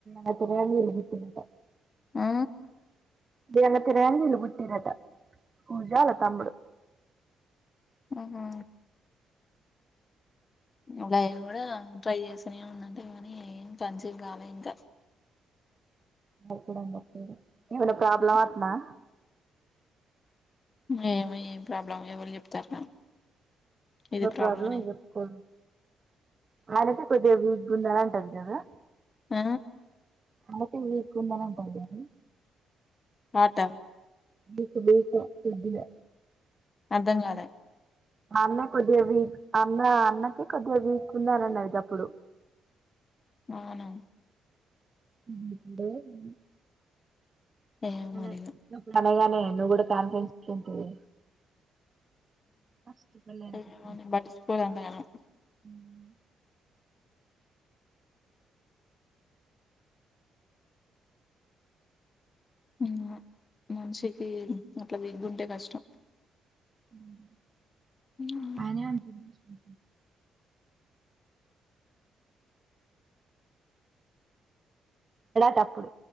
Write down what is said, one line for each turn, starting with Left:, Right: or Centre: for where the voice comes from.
Right: నాకు రాదు మాట
Left: ఆ
Right: తిరుగంగ తిరగంగా వీల్లు పుట్టిరట పూజ ఆల తమ్ముడు
Left: ఉమ్ హు ఇంగ ఇవ కూడా ట్రై చేస్తనే ఉందంట గానీ కన్సివ్ కాలే ఇంకా
Right: మారేనా ఏమన్న ప్రాబ్లమ్అట్నా
Left: హ్మ్. ఏమో ఏం ప్రాబ్లమో ఎవరు చెప్తరు నాకు
Right: ఉన్న
Left: ఇది
Right: ప్రాబ్లం
Left: అని
Right: చెప్పు ఆయనైతే కొద్దిగా వీక్గా ఉన్నది అంటాడు కదా
Left: ఆ
Right: అందుకే వీక్ గుందని అంటరు గని
Left: ఫ్యాట
Right: వీక్ వీక్ కొద్దిగా
Left: అర్థంగాలె
Right: ఆ అన్న కొద్దిగా వీక్ అన్న అన్నకు కొద్దిగా వీక్ ఉన్నదన్నడు గప్పుడు
Left: అవునా
Right: ఉమ్
Left: ఏమో
Right: అనేగానే
Left: మరి ఇగ
Right: నువ్వు కూడా కాన్ఫెన్స్ ఉంటివి పస్టు పెళ్ళైన కొత్తల
Left: ఏమో నేను పట్టించుకోను అంతగనం
Right: ఉమ్
Left: ఏమో మనిషికి అట్లా విక్గా ఉంటే కష్టం
Right: ఉమ్
Left: ఉమ్
Right: ఆయనే చూసు టప్పుడు